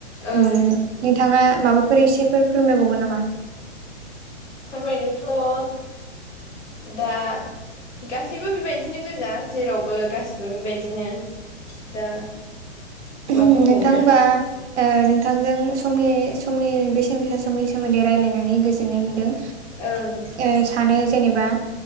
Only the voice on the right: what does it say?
उम
नोंथाङा माबा फोर इसेफोर फोरमायबावगोन नामा?
नोंथां
होनबा ओ नोंथांजों समनि समनि बेसेन गोसा समनि सोमोन्दै रायलायनानै गोजोननाय मोन्दों।
ओ सानो जेनेबा